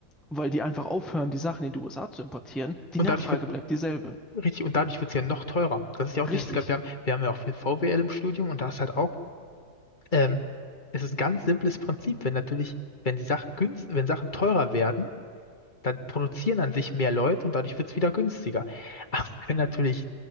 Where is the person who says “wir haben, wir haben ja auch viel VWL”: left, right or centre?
Left